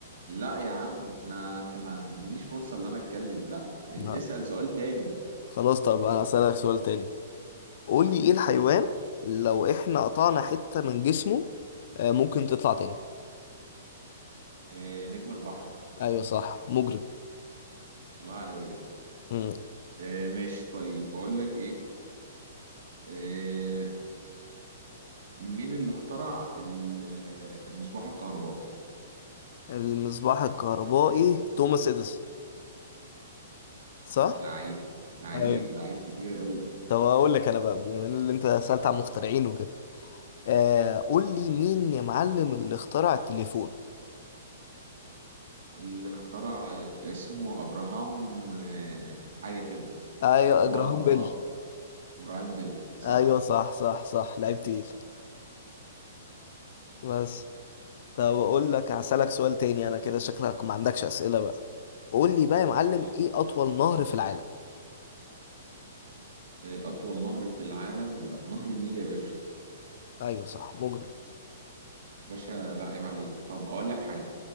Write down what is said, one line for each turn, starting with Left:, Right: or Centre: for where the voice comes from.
Right: لأ يا عم ما أنت ما تدينيش فرصة إن أنا أتكلم لأ إيه،
Left: لا
Right: اسأل سؤال تاني
Left: خلاص طب انا هسألك سؤال تاني قول لي ايه الحيوان لو احنا قطعنا حتة من جسمه آه، ممكن تطلع تاني
Right: آه، نجم البحر
Left: ايوه صح مجرم
Right: الله عليا
Left: مم.
Right: آه، ماشي طيب بقول لك إيه آه، مين اللي اخترع ال- المصباح الكهربائي
Left: المصباح الكهربائي توماس اديسون صح
Right: لعيب لعيب
Left: ايوه
Right: لعيب كبير قوي
Left: طب اقول لك انا بقى بما ان اللي انت سألت عن مخترعين وكده آه قول لي مين يا معلم اللي اخترع التليفون
Right: اللي اخترع آه، اسمه ابراهام آه، حاجة كده
Left: ايوه
Right: هو
Left: جراهام
Right: ابراهام
Left: بيل
Right: ابراهام بيل صح
Left: ايوه صح صح صح لعيب تقيل بس طب اقول لك هسألك سؤال تاني انا كده شكلك ما عندكش أسئلة بقى قول لي بقى يا معلم
Right: ويعمل
Left: ايه اطول نهر في العالم
Right: آه، اطول نهر في العالم ده نهر النيل يا باشا
Left: ايوه صح مجرم
Right: باشا لا عيب عليك طب اقول لك حاجة